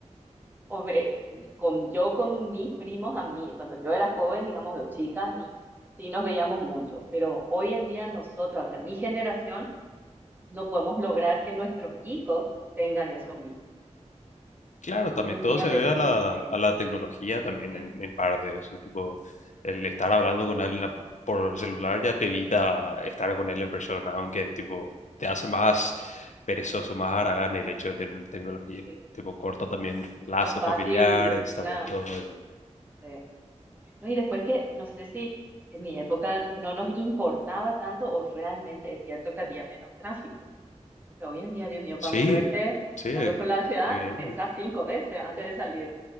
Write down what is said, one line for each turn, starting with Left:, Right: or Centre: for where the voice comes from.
Right: o ve- con, yo con mis primos, a mí, cuando yo era joven, digamos, yo chica, niña, sí nos veíamos mucho, pero hoy en día nosotros, o sea, mi generación, no podemos lograr que nuestros hijos tengan eso mismo.
Left: Claro,
Right: Hoy
Left: también
Right: en
Left: todo
Right: día
Left: se
Right: parece
Left: debe a la,
Right: que no sé,
Left: a la tecnología también
Right: es,
Left: en, en parte. Eso, tipo, el estar hablando con alguien a- por el celular ya te evita estar con él en persona, aunque tipo te hace más perezoso, más haragán el hecho de tener tecnología.
Right: es- es
Left: Tipo, corta también lazos
Right: más fácil
Left: familiares,
Right: una...
Left: también todo eso.
Right: eh, no, y después que, no sé si en mi época no nos importaba tanto o realmente es cierto que había menos tráfico. Porque hoy en día, Dios mío,
Left: Sí,
Right: para moverte
Left: sí,
Right: al otro lado de la ciudad,
Left: evidentemente.
Right: pensás cinco veces antes de salir.